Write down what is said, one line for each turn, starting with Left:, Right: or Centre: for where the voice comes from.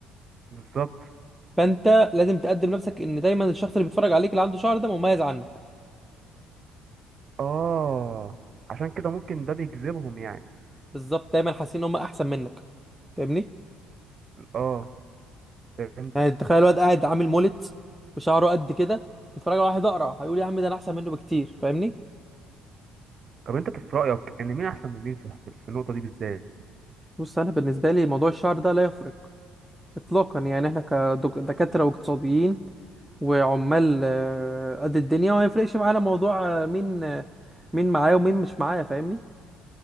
Right: بالظبط
Centre: فانت لازم تقدم نفسك ان دايما الشخص اللي بيتفرج عليك اللي عنده شعر ده مميز عنك
Right: آه عشان كده ممكن ده بيجذبهم يعني
Centre: بالظبط دايما حاسين ان هم احسن منك فاهمني
Right: آه فهمتك
Centre: يعني تخيل الواد قاعد عامل مولت وشعره قد كده بيتفرج على واحد اقرع هيقول يا عم ده انا احسن منه بكتير فاهمني
Right: طب أنت في رأيك إن مين أحسن من مين في في النقطة دي بالذات
Centre: بص انا بالنسبه لي موضوع الشعر ده لا يفرق اطلاقا يعني احنا كدكاتره واقتصاديين وعمال آه، قد الدنيا وما يفرقش معانا موضوع آه، مين آه، مين معايا ومين مش معايا فاهمني